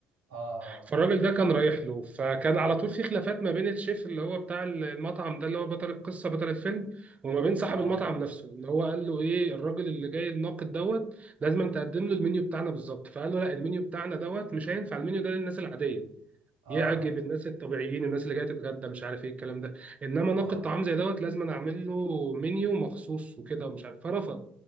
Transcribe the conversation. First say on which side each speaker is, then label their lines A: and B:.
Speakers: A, on the right; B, on the right.
A: اه اه
B: فالراجل ده كان رايح له فكان على
A: مم.
B: طول في خلافات ما بين الشيف اللي هو بتاع المطعم ده اللي هو بطل القصة بطل الفيلم وما بين صاحب
A: اه
B: المطعم نفسه اللي هو قال له ايه الراجل اللي جاي الناقد دوت لازم تقدم له المنيو بتاعنا بالظبط فقال له لا المنيو بتاعنا دوت مش هينفع المنيو ده للناس العادية
A: اه
B: يعجب الناس الطبيعيين الناس اللي جايه تتغدى مش عارف ايه الكلام ده انما
A: اه
B: ناقد طعام زي دوت لازم أنا اعمل له منيو مخصوص وكده ومش عارف فرفض